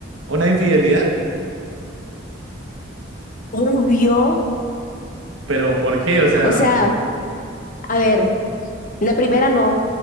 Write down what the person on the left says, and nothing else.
Obvio.
O sea, a ver, la primera no.